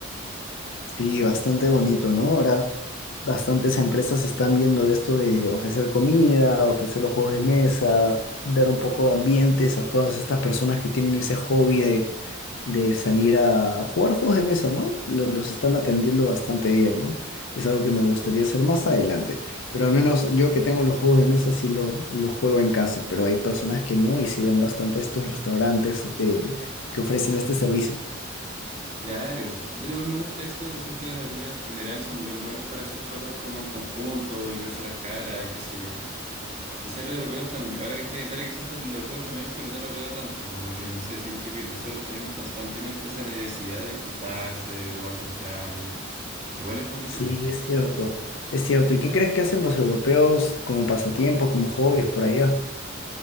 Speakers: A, on the left (about 70°); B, on the right (about 35°).
A: Sí, bastante bonito, ¿no? Ahora bastantes empresas están viendo esto de ofrecer comida, ofrecer los juegos de mesa, dar un poco de ambientes a todas estas personas que tienen ese hobby de, de salir a, a jugar juegos de mesa, ¿no? Lo- los están atendiendo bastante bien, ¿no? Es algo que me gustaría hacer más adelante, pero al menos yo que tengo los juegos de mesa sí lo- los juego en casa, pero hay personas que no y sí van bastante a estos restaurantes de, que ofrecen este servicio.
B: Claro, pero igual me gusta eso, de siento que los latinos en general son bien buenos para hacer cosas como en conjunto y verse las caras y qué sé yo. Quizás los europeos también, ahora que estoy en Italia, quizás tam- los europeos también, pero no lo veo tanto, como que no sé, siento que nosotros tenemos constantemente esa necesidad de juntarse, de tomarse un trago. Igual es bonito
A: Sí,
B: eso.
A: es cierto. Es cierto. ¿Y qué crees que hacen los europeos como pasatiempos, como hobbies por allá?